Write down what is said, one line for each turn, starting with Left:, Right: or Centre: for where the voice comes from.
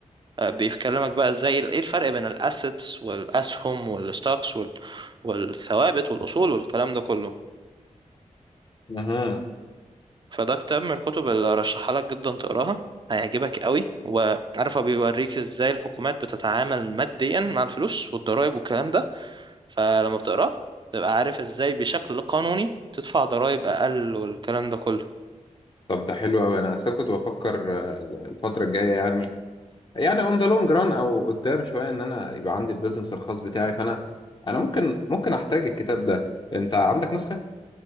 Right: آه، بيكلمك بقى ازاي ايه الفرق بين الاسيتس والاسهم والستوكس وال- والثوابت والاصول والكلام ده كله
Left: اها
Right: فده كتاب من الكتب اللي رشحها لك جدا تقراها هيعجبك قوي وعارف هو بيوريك ازاي الحكومات بتتعامل ماديا مع الفلوس والضرائب والكلام ده فلما بتقراه تبقى عارف ازاي بشكل قانوني تدفع ضرائب اقل والكلام ده كله
Left: طب ده حلو قوي انا اصلا كنت بفكر آه، الفتره الجايه يعني يعني اون ذا لونج ران او قدام شويه ان انا يبقى عندي البيزنس الخاص بتاعي فانا انا ممكن ممكن احتاج الكتاب ده انت عندك نسخه